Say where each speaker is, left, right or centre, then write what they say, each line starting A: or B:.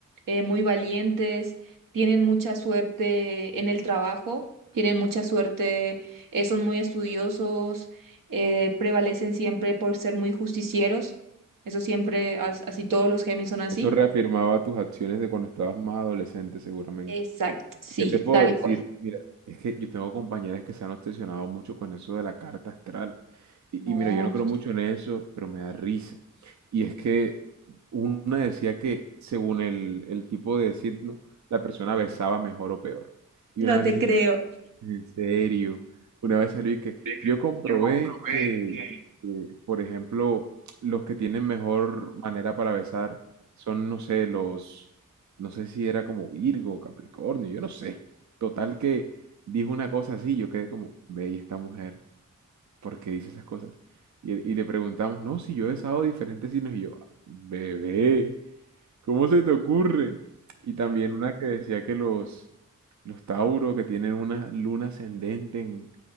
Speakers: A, on the right (about 85°); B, on the right (about 60°).
A: eh, muy valientes, tienen mucha suerte en el trabajo, tienen mucha suerte, eh, son muy estudiosos, eh, prevalecen siempre por ser muy justicieros. Eso siempre, as- así todos los Géminis son así.
B: Eso reafirmaba tus acciones de cuando estabas más adolescente, seguramente.
A: Exacto, sí,
B: ¿Qué te puedo
A: tal
B: decir?
A: cual.
B: Mira, es que yo tengo compañeras que se han obsesionado mucho con eso de la carta astral. Y,
A: No,
B: y mira, yo no creo mucho en eso, pero me da risa. Y es que una decía que según el, el tipo de signo, la persona besaba mejor o peor. Y
A: no
B: una
A: te
B: vez dijo,
A: creo.
B: en serio, una vez salió y que
A: De que
B: yo comprobé
A: yo comprobé
B: que,
A: que,
B: que, por ejemplo, los que tienen mejor manera para besar son, no sé, los, no sé si era como Virgo Capricornio, yo no sé. Total que dijo una cosa así, yo quedé como, ve, ¿y esta mujer, ¿por qué dice esas cosas? Y, y le preguntamos, no, si yo he besado diferentes signos, y yo, bebé, ¿Cómo se te ocurre? Y también una que decía que los, los Tauro que tienen una luna ascendente en